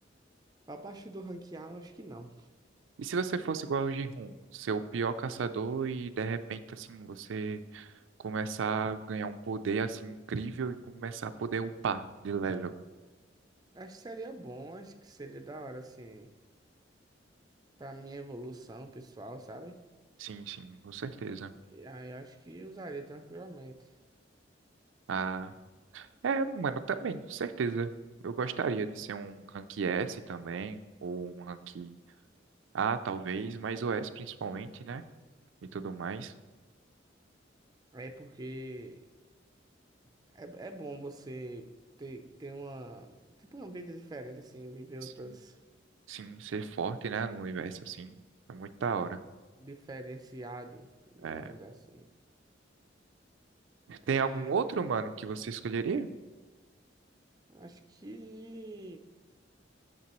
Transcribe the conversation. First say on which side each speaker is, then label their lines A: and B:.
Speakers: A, on the right; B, on the right.
A: abaixo do rank A, eu acho que não.
B: E se você fosse igual o Jihun, ser o pior caçador e de repente, assim, você começar a ganhar um poder, assim, incrível e começar a poder upar de level?
A: Acho que seria bom, acho que seria da hora, assim, pra minha evolução pessoal, sabe?
B: Sim, sim, com certeza.
A: E aí eu acho que usaria tranquilamente.
B: Ah. É, mano, também, com certeza. Eu gostaria de ser um rank S também, ou um rank A, talvez, mas o S principalmente, né? E tudo mais.
A: É porque é, é bom você ter, ter uma, tipo, uma vida diferente, assim, viver
B: Sim,
A: outras
B: sim, ser forte, né? No universo, assim. É muito da hora.
A: diferenciado, digamos
B: É.
A: assim. É,
B: Tem algum outro, mano, que você escolheria?
A: acho que